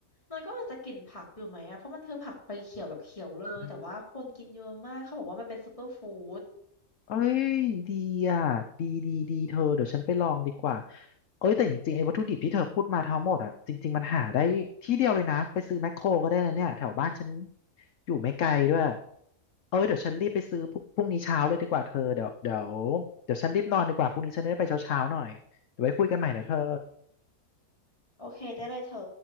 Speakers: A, on the left; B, on the left.
A: มันก็อาจจะกลิ่นผักอยู่ไหมอะเพราะมันคือผักใบเขียวแบบเขียวเลยแต่ว่าคนกินเยอะมากเขาบอกว่ามันเป็นซูเปอร์ฟู้ด
B: เออเอ้ยดีอ่ะดีดีดีเธอเดี๋ยวฉันไปลองดีกว่าเอ้ยแต่จริงๆไอ้วัตถุดิบที่เธอพูดมาทั้งหมดอ่ะจริงๆมันหาได้ที่เดียวเลยนะ ไปซื้อแมคโครก็ได้เลยเนี่ยแถวบ้านฉันอยู่ไม่ไกลด้วยเอ้ยเดี๋ยวฉันรีบไปซื้อพรุ่งพรุ่งนี้เช้าเลยดีกว่าเธอเดี๋ยวเดี๋ยวเดี๋ยวฉันรีบนอนดีกว่าพรุ่งนี้ฉันได้ไปเช้าๆหน่อยเดี๋ยวไว้คุยกันใหม่นะเธอ
A: โอเคได้เลยเธอ